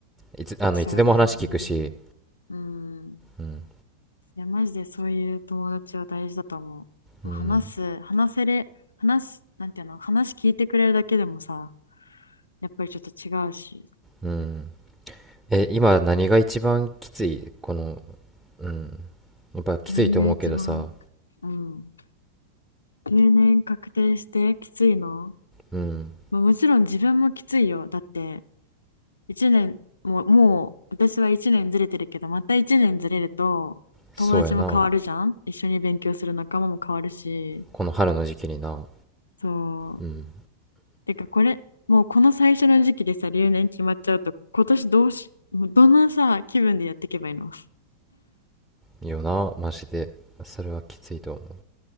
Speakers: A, in the centre; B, on the left (about 75°).
A: いつ、あの、
B: そうだよね。
A: いつでも話聞くし、
B: うん。
A: うん、
B: いや、マジでそういう友達は大事だと思う。
A: うん、
B: もう話す、話せれ、話す、なんていうの、話聞いてくれるだけでもさ、やっぱりちょっと違うし。
A: うん。え、今何が一番きついこの、
B: いや、
A: うん。やっぱきついと思うけどさ、
B: 何が一番うん。定年確定してきついの
A: うん、
B: まあ、もちろん自分もきついよ。だって、一年、もう、もう、私は一年ずれてるけど、また一年ずれると、
A: そうやな。
B: 友達も変わるじゃん一緒に勉強する仲間も変わるし、
A: この春の時期にな、
B: そう。
A: うん、
B: てか、これ、もうこの最初の時期でさ、留年決まっちゃうと、今年どうし、もうどのさ、気分でやっていけばいいの
A: よな、マジで。それはきついと思う。い